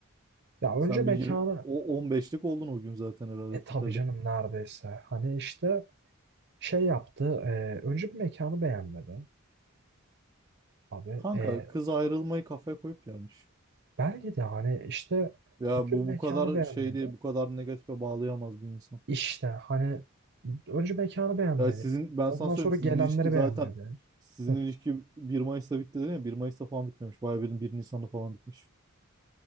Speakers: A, on the right; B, on the right.
A: Ya önce
B: Sen
A: mekanı
B: bir 20 o 15'lik oldun o gün zaten herhalde
A: e
B: totalde.
A: tabii canım neredeyse hani işte şey yaptı e, önce bir mekanı beğenmedi. Abi
B: Kanka
A: e,
B: kız ayrılmayı kafaya koyup gelmiş.
A: Belki de hani işte
B: Ya
A: önce
B: bu
A: bir mekanı
B: bu kadar
A: beğenmedi.
B: şey değil, bu kadar negatife bağlayamaz bir insan.
A: İşte hani önce mekanı beğenmedi.
B: Ya sizin ben
A: Ondan
B: sana söyleyeyim
A: sonra
B: sizin
A: gelenleri
B: ilişki
A: beğenmedi.
B: zaten sizin
A: Hı.
B: ilişki bir Mayıs'ta bitti dedin ya bir Mayıs'ta falan bitmemiş. Bayağı bildiğin bir Nisan'da falan bitmiş.